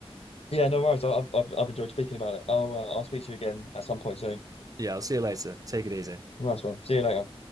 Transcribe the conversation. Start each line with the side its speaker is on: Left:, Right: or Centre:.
Left: Yeah, no worries. I, I've I've I've enjoyed speaking about it. I'll uh, I'll speak to you again at some point soon.
Right: Yeah, I'll see you later. Take it easy.
Left: Nice one. See you later.